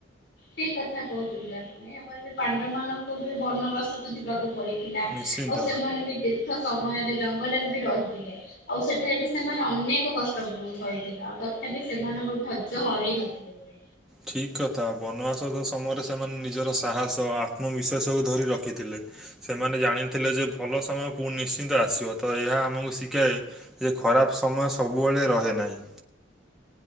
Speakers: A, on the left; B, in the centre.
A: ଠିକ୍ କଥା କହୁଥିଲେ ଆପଣ ଏବେ ଏ ପାଣ୍ଡ ମାନଙ୍କୁ ବି ବନବାସକୁ ଯିବାକୁ ପଡି ଥିଲା
B: ନିଶ୍ଚିନ୍ତ
A: ଆଉ ସେମାନେ ବି ଦୀର୍ଘ ସମୟରେ ଜଙ୍ଗଲରେ ବି ରହିଥିଲେ। ଆଉ ସେଠାରେ ବି ସେମାନେ ଅନେକ କଷ୍ଟ କରିଥିଲେ ଆଉ ତଥାପି ସେମାନଙ୍କୁ ଧୈର୍ଯ୍ୟ ହରଇ ନଥିଲେ। ସେ।
B: ଠିକ୍ କଥା ବନବାସ ସମୟରେ ସେମାନେ ନିଜର ସାହସ ଆତ୍ମବିଶ୍ୱାସକୁ ଧରି ରଖିଥିଲେ। ସେମାନେ ଜାଣିଥିଲେ ଯେ ଭଲ ସମୟ ପୁଣି ନିଶ୍ଚିନ୍ତ ଆସିବ ତ ଏହା ଆମକୁ ଶିଖାଏ। ସେ ଖରାପ ସମୟ ସବୁବେଳେ ରହେ ନାହିଁ।